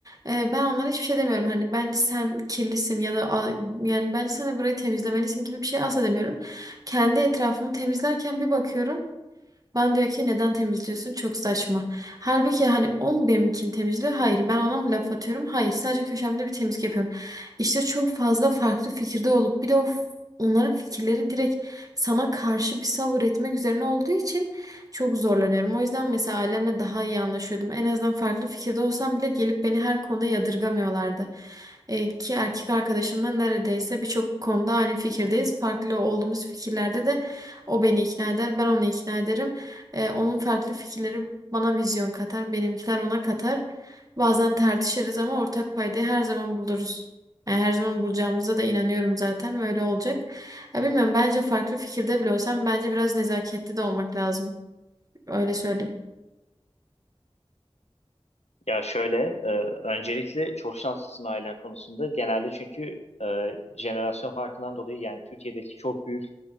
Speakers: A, on the right; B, on the left.
A: Ee, ben onlara hiçbir şey demiyorum. Hani bence sen kirlisin ya da al- yani bence sen de burayı temizlemelisin gibi bir şey asla demiyorum. Kendi etrafımı temizlerken bir bakıyorum. Ben diyor ki neden temizliyorsun? Çok saçma. Halbuki hani o mu benimkini temizliyor? Hayır. Ben ona mı laf atıyorum? Hayır. Sadece köşemde bir temizlik yapıyorum. İşte çok fazla farklı fikirde olup bir de o f- onların fikirleri direkt sana karşı bir savır etmek üzerine olduğu için çok zorlanıyorum. O yüzden mesela ailemle daha iyi anlaşıyordum. En azından farklı fikirde olsam bile gelip beni her konuda yadırgamıyorlardı. Ee, ki erkek arkadaşımla neredeyse birçok konuda aynı fikirdeyiz. Farklı olduğumuz fikirlerde de o beni ikna eder, ben onu ikna ederim. E, onun farklı fikirleri bana vizyon katar, benimkiler ona katar. Bazen tartışırız ama ortak paydayı her zaman buluruz. Yani her zaman bulacağımıza da inanıyorum zaten ve öyle olacak. Ya bilmiyorum bence farklı fikirde bile olsam bence biraz nezaketli de olmak lazım. Öyle söyleyeyim.
B: Ya şöyle, e, öncelikle çok şanslısın ailen konusunda. Genelde çünkü e, jenerasyon farkından dolayı yani Türkiye'deki çok büyük